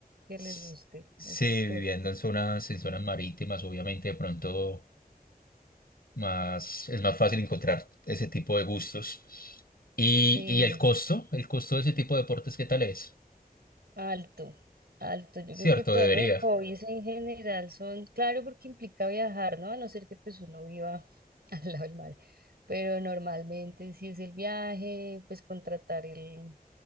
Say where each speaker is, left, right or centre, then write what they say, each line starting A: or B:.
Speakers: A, on the right; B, on the left.
A: que
B: s-
A: les guste
B: sí,
A: esas cosas.
B: viviendo en zonas, en zonas marítimas, obviamente, de pronto más, es más fácil encontrar ese tipo de gustos. Y,
A: Sí.
B: y el costo, el costo de ese tipo de deportes, ¿qué tal es?
A: Alto, alto. Yo
B: Cierto,
A: creo que todos
B: debería.
A: los hobbies en general son, claro, porque implica viajar, ¿no? A no ser que pues uno viva <laughs> al lado del mar. Pero normalmente si es el viaje, pues contratar el,